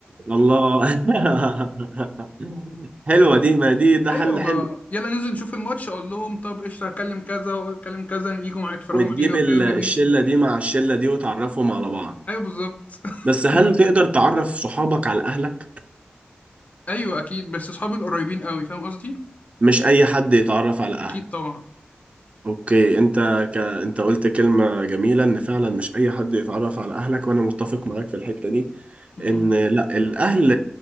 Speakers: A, on the right (about 40°); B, on the left (about 50°).
A: الله <laughs> حلوة دي ما دي ده
B: ايوه
A: حل
B: ما
A: حلو
B: يلا ننزل نشوف الماتش اقول لهم طب قشطه هكلم كذا واكلم كذا يجوا معايا يتفرجوا
A: وتجيب
B: معانا وبتاع
A: ال-
B: يقول
A: الشلة
B: لي ماشي
A: دي مع الشلة دي وتعرفهم على بعض
B: ايوه بالظبط <laughs>
A: بس هل تقدر تعرف صحابك على أهلك؟
B: ايوه اكيد بس اصحابي القريبين قوي فاهم قصدي
A: مش أي حد يتعرف على أهلك
B: اكيد طبعا
A: أوكي أنت ك... أنت قلت كلمة جميلة إن فعلا مش أي حد يتعرف على أهلك وأنا متفق معاك في الحتة دي
B: امم
A: ان لا الاهل